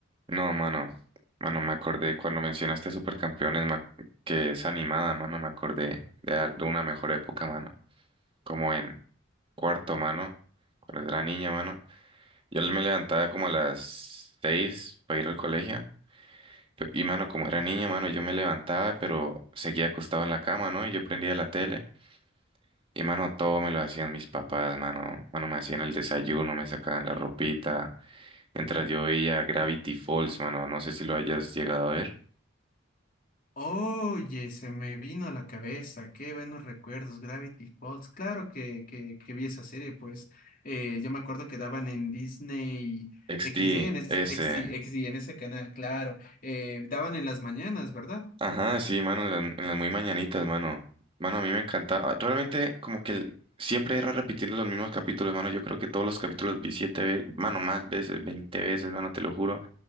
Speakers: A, on the right; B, on the left.
A: No, mano. Mano, me acordé cuando mencionaste Supercampeones, ma- que es animada, mano, me acordé de al- de una mejor época, mano. Como en cuarto, mano, cuando era niña, mano. Yo me levantaba como a las seis para ir al colegio. Pe- Y mano, como era niño, mano, yo me levantaba, pero seguía acostado en la cama, ¿no? Y yo prendía la tele. Y mano, todo me lo hacían mis papás, mano. Mano, me hacían el desayuno, me sacaban la ropita. Mientras yo veía Gravity Falls, mano. No sé si lo hayas llegado a ver.
B: Oye, se me vino a la cabeza, qué buenos recuerdos, Gravity Falls, claro que, que, que vi esa serie, pues eh, yo me acuerdo que daban en Disney
A: X
B: XD,
A: T
B: en, es-
A: ese.
B: XD, XD, en ese canal, claro, eh, daban en las mañanas, ¿verdad?
A: Ajá, sí, mano, en las, en las muy mañanitas, mano. Mano, a mí me encantaba. Realmente, como que el- siempre era repitiendo los mismos capítulos, mano. Yo creo que todos los capítulos vi siete veces, mano, más veces, veinte veces, mano, te lo juro.